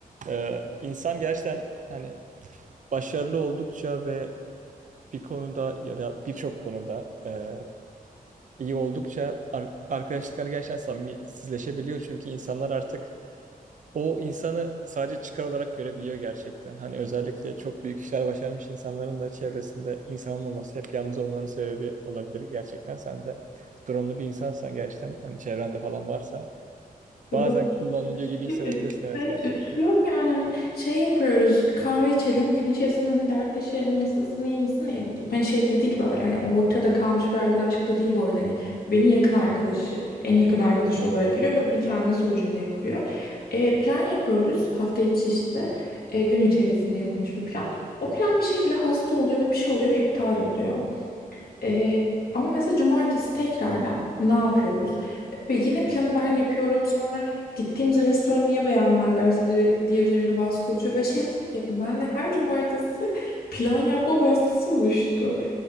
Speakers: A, on the right (about 55°); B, on the left (about 80°).
A: Ee, insan gerçekten hani başarılı oldukça ve bir konuda ya da birçok konuda e, iyi oldukça ar- arkadaşlıklar gerçekten samimisizleşebiliyor. Çünkü insanlar artık o insanı sadece çıkar olarak görebiliyor gerçekten. Hani özellikle çok büyük işler başarmış insanların da çevresinde insan olmaması hep yalnız olmaların sebebi olabilir gerçekten. Sen de durumlu bir insansan gerçekten hani çevrende falan varsa
B: Böyle
A: Bazen kullanılıyor gibi hissedebilirsin
B: Üz-
A: evet
B: Evet,
A: gerçekten.
B: üzülüyorum yani hani şey yapıyoruz kahve içelim gün içerisinde hani dertleşelim nasılsın iyi misin ya, ben şeyde değil böyle hani ortada kalmış bir arkadaşlık da değil bu arada hani beni yakın arkadaşı en yakın arkadaşı olarak görüyor ve bunu kendisi o cümleye kuruyor E, plan yapıyoruz hafta içi işte e, gün içerisinde yapılmış bir plan o plan bir şekilde hasta oluyor ve bir şey oluyor ve iptal oluyor ee, ama mesela cumartesi tekrardan ne yapıyoruz? Ve yine planı ben yapıyorum. Sonra gittiğimiz restoranı ya beğenmezlerse diye, diye üzerimde baskı oluşuyor. Ve şey fark ettim. Ben de her cumartesi plan yapma baskısı oluştu.